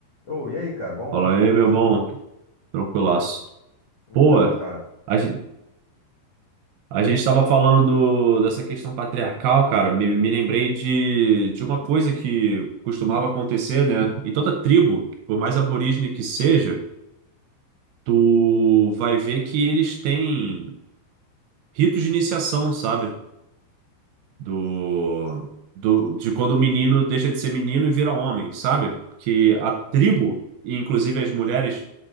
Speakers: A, on the left; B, on the right.
A: Ô, e aí, cara? Bom,
B: Fala aí, meu bom. Tranquilaço.
A: então,
B: Pô,
A: cara,
B: a gente, a gente tava falando do, dessa questão patriarcal, cara. Me, me lembrei de, de uma coisa que costumava acontecer, né? Em toda tribo, por mais aborígene que seja, tu vai ver que eles têm ritos de iniciação, sabe? Do, do, de quando o menino deixa de ser menino e vira homem, sabe? Que a tribo, e inclusive as mulheres,